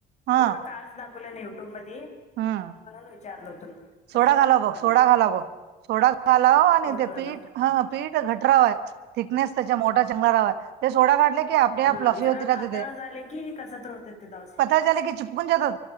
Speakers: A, on the right; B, on the left.
A: हा
B: थोडं कास दाखवलं ना युट्यूब मधी
A: हम्म
B: म्हणूनच विचारलं हो तुला कसं
A: सोडा
B: करतात
A: घाला बघ
B: म्हणून
A: सोडा घाला बघ सोडा घालाव आणि
B: सोडा
A: ते
B: घालाव
A: पीठ ह पीठ घटराव आहे थिकनेस तेची मोठा चंगला रावा ते सोडा गाठला की आपले
B: हा
A: आप लफे
B: जरा
A: होत रा
B: पातळ
A: दे
B: झाले की कसत होते ते दावशी
A: पता चले की चु फुकून जातात